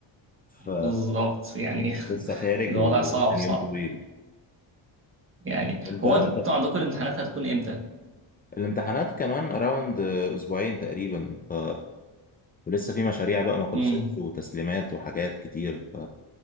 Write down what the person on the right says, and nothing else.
بالظبط يعني
<laughs>
الوضع
صعب صعب
يعني
هو
انتوا
عندكم الامتحانات هتكون امتى
امم